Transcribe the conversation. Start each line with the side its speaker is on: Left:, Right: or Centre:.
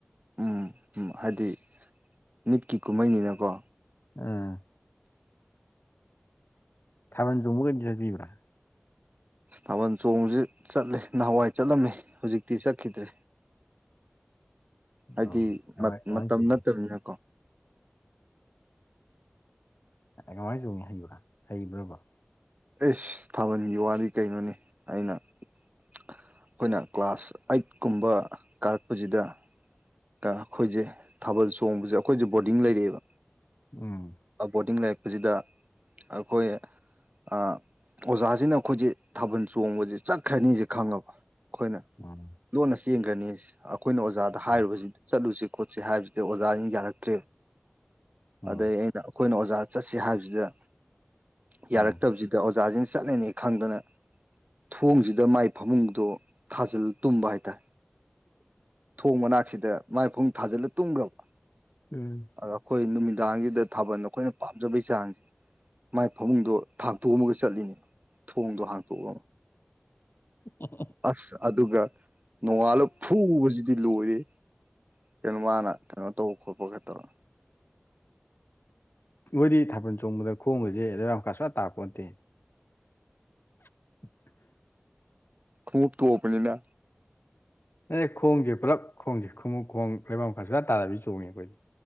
Right: ꯎꯝ ꯎꯝ ꯍꯥꯏꯗꯤ ꯃꯤꯠꯀꯤ ꯀꯨꯝꯍꯩꯅꯤꯅꯀꯣ
Left: ꯎꯝ ꯊꯥꯕꯜ ꯆꯣꯡꯕꯒꯗꯤ ꯆꯠꯄꯤꯕꫪ
Right: ꯊꯥꯕꯜ ꯆꯣꯡꯕꯖꯤ ꯆꯠꯂꯦ ꯅꯍꯥꯟꯋꯥꯏ ꯆꯠꯂꯝꯃꯤ ꯍꯧꯖꯤꯛꯇꯤ ꯆꯠꯈꯤꯗ꯭ꯔꯦ ꯍꯥꯏꯗꯤ
Left: ꯑꯣ ꯀꯃꯥꯏ
Right: ꯃꯠ
Left: ꯀꯃꯥꯏꯅ
Right: ꯃꯇꯝ
Left: ꯆꯣꯡꯉꯤ
Right: ꯅꯠꯇꯃꯤꯅ
Left: <unintelligible> ꯍꯩꯕ꯭ꯔꯥ ꯍꯩꯕ꯭ꯔꯕ
Right: ꯑꯦꯁ ꯊꯥꯕꯜꯒꯤ ꯋꯥꯗꯤ ꯀꯩꯅꯣꯅꯤ ꯑꯩꯅ ꯑꯩꯈꯣꯏꯅ ꯀ꯭ꯂꯥꯁ ꯑꯩꯠ ꯀꯨꯝꯕ ꯀꯥꯔꯛꯄꯁꯤꯗ ꯇ ꯑꯩꯈꯣꯏꯁꯦ ꯊꯥꯕꯜ ꯆꯣꯡꯕꯁꯦ ꯑꯩꯈꯣꯏꯁꯦ ꯕꯣꫪꯗꯤꯡ ꯂꯩꯔꯛꯑꯦꯕ
Left: ꯎꯝ
Right: ꯕꯣꯔꯗꯤꯡ ꯂꯩꯔꯛꯄꯁꯤꯗ ꯑꯩꯈꯣꯏ ꯑꯣꯖꯥꯁꯤꯅ ꯑꯩꯈꯣꯏꯁꯦ ꯊꯥꯕꯜ ꯆꯣꯡꯕꯕꯁꯤ ꯆꯠꯈ꯭ꯔꯅꯤꯁꯦ ꯈꯪꯂꯉꯕ ꯑꯩꯈꯣꯏꯅ
Left: ꯎꯝ
Right: ꯂꯣꯟꯅ ꯆꯦꯟꯒ꯭ꯔꯅꯤ ꯑꯩꯈꯣꯏꯅ ꯑꯣꯖꯥꯗ
Left: ꯎꯝ
Right: ꯍꯥꯏꯔꯨꯕꯖꯤꯗꯤ ꯆꯠꯂꯨꯁꯤ ꯈꯣꯠꯁꯤ ꯍꯥꯏꯕꯁꯤ ꯑꯣꯖꯥꯖꯤꯡꯅ ꯌꯥꯔꯛꯇ꯭ꯔꯦ
Left: ꯎꯝ
Right: ꯑꯗꯩ ꯑꯩꯅ ꯑꯩꯈꯣꯏꯅ ꯑꯣꯖꯥ ꯆꯠꯁꯤ ꯍꯥꯏꯕꯁꯤꯗ ꯌꯥꯔꯛꯇꯕꯖꯤꯗ
Left: ꯎꯝ
Right: ꯑꯣꯖꯥꯖꯤꯡ ꯆꯠꯂꯅꯤ ꯈꯪꯗꯅ ꯊꯣꯡꯖꯤꯗ ꯃꯥꯏ ꯐꯃꯨꯡꯗꯣ ꯊꯥꯖꯤꯜ ꯇꯨꯝꯕ ꯍꯥꯏꯇꯥ ꯊꯣꯡ ꯃꯅꯥꯛꯁꯤꯗ ꯃꯥꯏꯐꯃꯨꯡ ꯊꯥꯖꯤꯜꯂ ꯇꯨꯝꯒ꯭ꯔꯕ
Left: ꯎꯝ
Right: ꯑ ꯑꯩꯈꯣꯏ ꯅꯨꯃꯤꯗꯥꯡꯖꯤꯗ ꯊꯥꯕꯜ ꯑꯩꯈꯣꯏꯅ ꯄꯥꯝꯖꯕꯩ ꯆꯥꯡ ꯃꯥꯏ ꯐꯃꯨꯡꯗꯣ ꯍꯥꯡꯇꯣꯛꯑꯃꯒ ꯆꯠꯂꯤꯅꯦꯕ ꯊꯣꯡꯗꯣ ꯍꯥꯡꯇꯣꯛꯑ ꯑꯃ
Left: <unintelligible>
Right: ꯑꯁ ꯑꯗꯨꯒ ꯅꯣꯡꯉꯥꯜꯂꯒ ꯐꯨꯕꯁꯤꯗꯤ ꯂꯣꯏꯔꯦ ꯀꯩꯅꯣ ꯃꯥꯅ ꯀꯩꯅꯣ ꯇꯧꯕ ꯈꯣꯠꯄ ꯈ ꯇꯧꯔꯣ
Left: ꯃꯣꯏꯗꯤ ꯊꯥꯕꯜ ꯆꯣꯡꯕꯗ ꯈꯣꯡꯒꯁꯦ ꯂꯩꯕꯥꯛ ꯃꯈꯥ ꯁꯨꯋꯥ ꯇꯥꯛꯄꯣꯠꯇꯦ <inaudible>
Right: ꯈꯨꯉꯨꯞ ꯇꫭꯞꯄꯅꯤꯅ
Left: ꯑꯦ ꯈꯣꯡꯁꯦ ꯄꯨꯂꯞ ꯈꯣꯡꯁꯦ ꯈꯣꯡꯎꯞ ꯈꯣꯡ ꯂꯩꯕꯥꯛ ꯃꯈꯔꯁꯨꯂ ꯇꯥꯔꯕꯤ ꯆꯣꯡꯉꯦ ꯑꯩꯈꯣꯏꯗꯤ